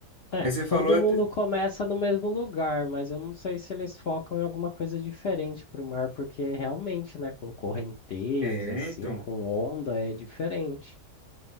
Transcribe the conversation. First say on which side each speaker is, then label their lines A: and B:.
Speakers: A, on the left; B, on the right.
A: É,
B: Mas você falou
A: todo
B: até.
A: mundo começa no mesmo lugar, mas eu não sei se eles focam em alguma coisa diferente pro mar, porque realmente, né, com correnteza,
B: É,
A: assim,
B: então.
A: com onda, é diferente.